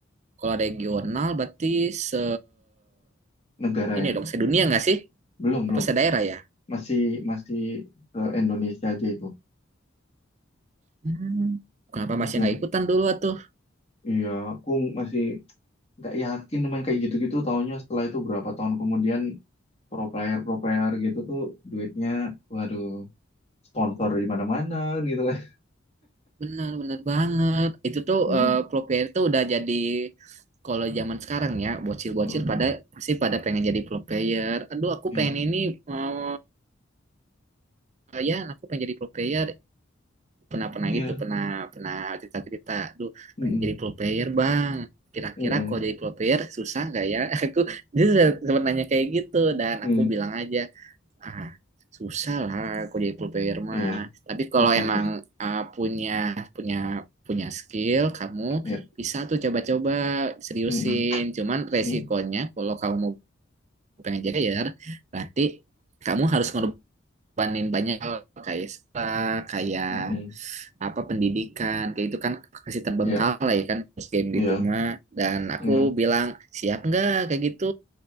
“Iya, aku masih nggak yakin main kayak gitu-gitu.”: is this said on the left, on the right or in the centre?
Left